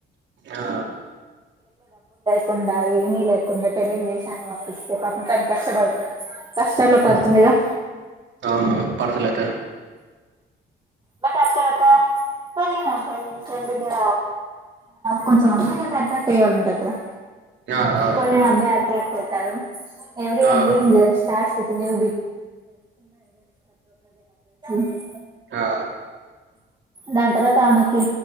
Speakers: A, on the right; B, on the right.
A: ఆ
B: కుండా ఏమీ లేకుండ తెలియనీ దేశానికి పంపిస్తే పాపం తను కష్టపడు కష్టాల్లో పడుతుందిగా
A: హ్మ్. అవును పడతలేదా
B: బట్ అక్కడ కా సరే అబాయి మీ ఫ్రెండ్ గా కొంచెం అమ్మాయి అట్రాక్ట్ అయ్యే ఉంటారు కదా
A: ఆ ఆ
B: కొరియన్ అబాయి అట్రాక్ట్ అయితారు ఎవ్రీ
A: ఆ
B: ఎడింగ్ స్టార్స్ వి <unintelligible>
A: ఆ
B: దాని తర్వాత ఆమెకి